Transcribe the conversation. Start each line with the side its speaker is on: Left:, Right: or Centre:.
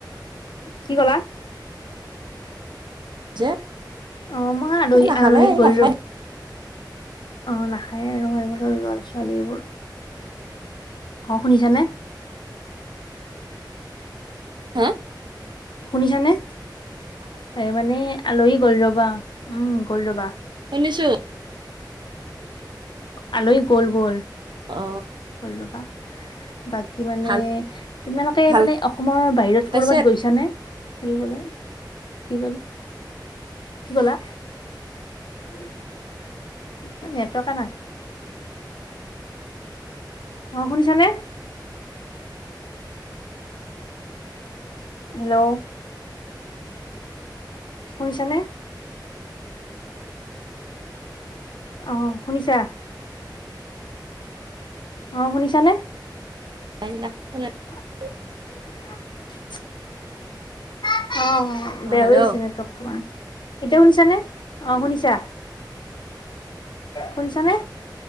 Left: কি কলা?
Right: যে
Left: অ', মই আলহী,
Right: নাখালে
Left: আলহী
Right: এই
Left: গল
Right: নাখাই
Left: ৰব অ', নাখায়েই আৰু এইবোৰৰ লৰা ছোৱালীবোৰ। অ', শুনিছানে?
Right: হা?
Left: শুনিছানে, এই মানে আলহী গ'ল ৰবা উম, গ'ল ৰবা।
Right: শুনিছোঁ।
Left: আলহী গ'ল গ'ল।
Right: অ
Left: হল ৰবা বাকী মানে
Right: ভাল
Left: তোমালোকে
Right: ভাল
Left: মানে অসমৰ বাহিৰত
Right: পাইছে
Left: কৰবাত গৈছানে? ফুৰিবলৈ, কি কল, কি কলা? নেটৱৰ্কয়ে নাই। অ', শুনিছানে? হেল্ল' শুনিছা নে? অ', শুনিছা? অ', শুনিছানে?
Right: <unintelligible>
Left: <unintelligible> অ' বেয়া হৈ
Right: অ
Left: আছে
Right: হেল্ল'
Left: নেটৱৰ্কটো অলপমান। এতিয়া শুনিছানে অ, শুনিছা? শুনিছানে?